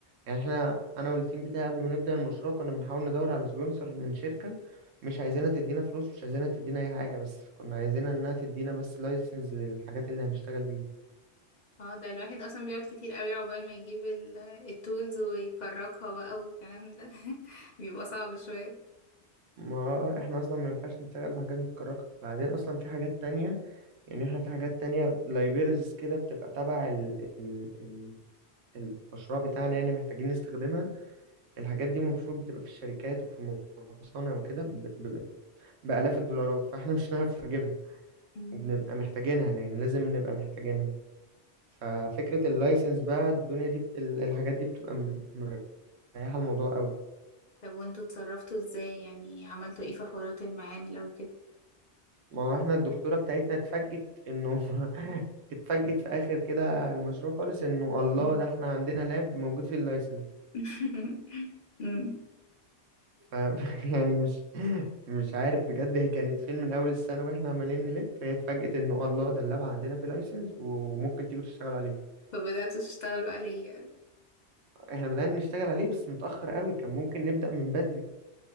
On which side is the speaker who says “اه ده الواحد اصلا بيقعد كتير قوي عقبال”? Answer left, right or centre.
Left